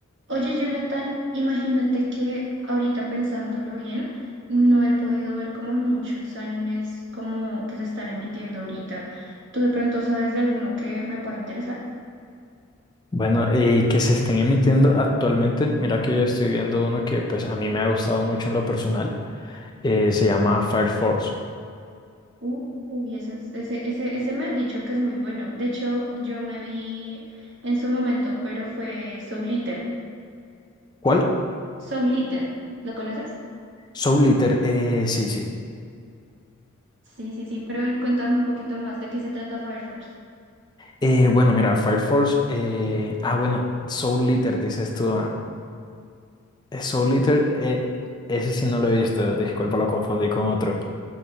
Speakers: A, on the right (about 55°); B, on the left (about 20°).
A: Oye, Jonathan, imagínate que ahorita pensándolo bien, no he podido ver como muchos animes como que se están emitiendo ahorita. ¿Tú de pronto sabes de alguno que me pueda interesar?
B: Bueno, eh, que se estén emitiendo actualmente, mira que yo estoy viendo uno que pues a mí me ha gustado mucho en lo personal, eh, se llama Fire Force.
A: Uh, Uy, ese, es- ese, ese, ese me han dicho que es muy bueno. De hecho, yo me vi en su momento, pero fue Soul Eater.
B: ¿Cuál?
A: Soul Eater, ¿lo conoces?
B: Soul Eater, eh, sí, sí.
A: Sí, sí, sí, pero en- cuéntame un poquito más de qué se trata Fire Force.
B: Eh, bueno, mira, Fire Force, eh, ah, bueno, Soul Eater, dices tú, ah. Eh, Soul Eater, eh, ese sí no lo he visto, disculpa, lo confundí con otro.